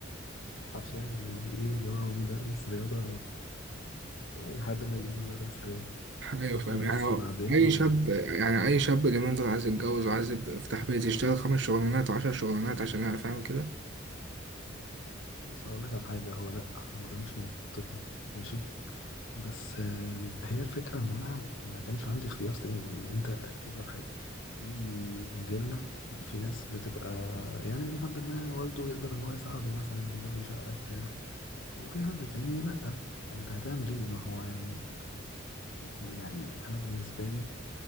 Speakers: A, on the left; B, on the right.
A: حرفيا يعني ايه اللي هو مدرس رياضة لحد ما يجيبوا مدرس رياضة
B: ايوه فاهم
A: بس
B: يعني
A: بعدين
B: اي شاب يعني اي شاب اليومين دول عايز يتجوز وعايز يبدأ يفتح بيت يشتغل خمس شغلانات وعشر شغلانات عشان يعرف يعمل كده
A: بص هقول لك على حاجة هو لأ هو ده مش منطقي ماشي بس آم، هي الفكرة إن أنا ما كانش عندي اختيار تاني يعني أنت الفكرة في حاجة في جيلنا في ناس بتبقى يعني لحد ما والده يقدر إن هو يساعده مثلا بيجيب له شقة بتاع وفي حد تاني لأ فأنت هتعمل إيه ما هو يعني يعني أنا بالنسبة لي